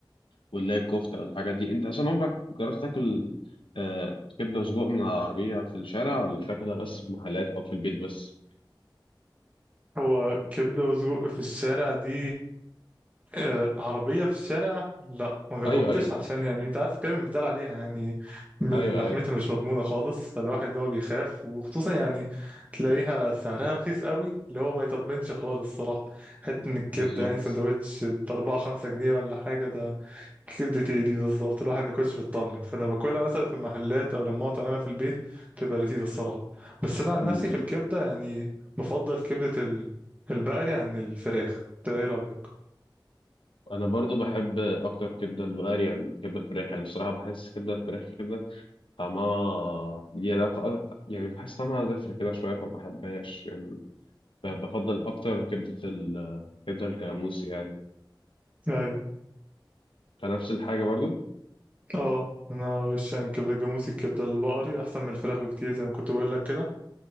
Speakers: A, on the left; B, on the right.
A: واللي هي الكفتة والحاجات دي أنت عشان عمرك جربت تاكل آه، كبدة وسجق من العربية في الشارع ولا بتاكلها بس في محلات أو في البيت بس؟
B: هو كبده وسجق في الشارع دي آه، عربية في الشارع لا ما جربتش
A: ايوه ايوه
B: عشان يعني انت عارف الكلام اللي بيتقال عليها يعني بال-
A: ايوه
B: لحمتها
A: ايوه
B: مش مضمونة خالص فالواحد اللي هو بيخاف وخصوصا يعني تلاقيها سعرها رخيص قوي اللي هو ما يطمنش خالص صراحة حتى ان الكبدة
A: بالظبط
B: يعني سندوتش بأربعة خمسة جنيه ولا حاجة ده كبدة ايه دي بالظبط الواحد ما يكونش مطمن فانا باكلها مثلا في المحلات او لما اقعد اعملها في البيت تبقى لذيذة الصراحة بس انا عن
A: أمم.
B: نفسي في الكبدة يعني بفضل كبدة ال- البقري عن الفراخ انت ايه رأيك؟
A: انا برضو بحب اكتر كبده البقري يعني من كبده الفراخ يعني الصراحه بحس كبده الفراخ كده طعمها ليه علاقه أك- يعني بحس طعمها زفره كده شويه فما بحبهاش يعني ب- بفضل اكتر كبده ال- كبده الجاموس يعني
B: امم
A: فنفس الحاجه برضو
B: اه انا وش يعني كبده جاموسي الكبده البقري احسن من الفراخ بكتير زي ما كنت بقول لك كده